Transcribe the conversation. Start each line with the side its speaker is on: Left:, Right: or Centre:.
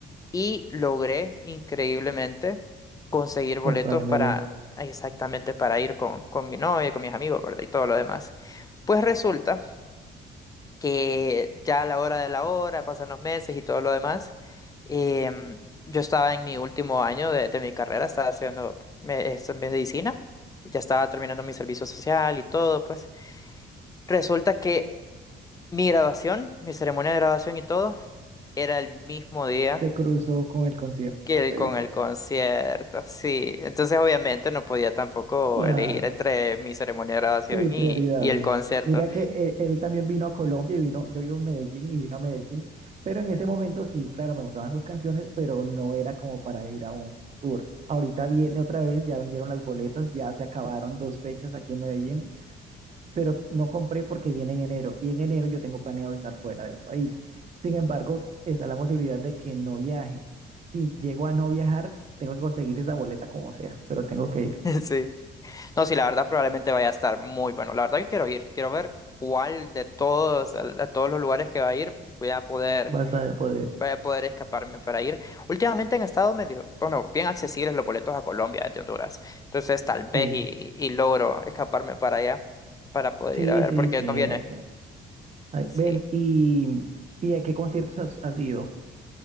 Left: y logré increíblemente conseguir
Right: comprar
Left: boletos para
Right: boleto.
Left: exactamente para ir con, con mi novia, con mis amigos, ¿verdad? Y todo lo demás. Pues resulta que ya a la hora de la hora, pasan los meses y todo lo demás, em, yo estaba en mi último año de, de mi carrera, estaba estudiando me- esto en medicina, ya estaba terminando mi servicio social y todo, pues resulta que mi graduación, mi ceremonia de graduación y todo, era el mismo día
Right: Se cruzó con el concierto,
Left: que
Right: no puede
Left: el- con
Right: ser.
Left: el concierto, sí. Entonces, obviamente, no podía tampoco
Right: Claro.
Left: elegir entre mi ceremonia de graduación
Right: Sí, prioridades.
Left: y, y el concierto.
Right: Mira que eh, él también vino a Colombia y vino, yo vivo en Medellín y vino a Medellín, pero en ese momento sí, claro, me gustaban sus canciones, pero no era como para ir a un tour. Ahorita viene otra vez, ya vendieron las boletas, ya se acabaron dos fechas aquí en Medellín, pero no compré porque viene en enero y en enero yo tengo planeado estar fuera del país. Sin embargo, está la posibilidad de que no viaje. Si llego a no viajar, tengo que conseguir esa boleta como sea, pero tengo que ir.
Left: <laughs> Sí. No, sí, la verdad, probablemente vaya a estar muy bueno. La verdad que quiero ir, quiero ver cuál de todos, a, a todos los lugares que va a ir, voy a poder,
Right: Vas a poder.
Left: voy a poder escaparme para ir. Últimamente han estado medio, bueno, bien accesibles los boletos a Colombia desde Honduras. Entonces, tal vez
Right: Sí.
Left: y, y logro escaparme para allá, para poder
Right: Sí,
Left: ir a ver,
Right: sí,
Left: porque
Right: sí,
Left: no viene.
Right: hay, Ay,
Left: Sí.
Right: ven, ¿y, y a qué conciertos has, has ido?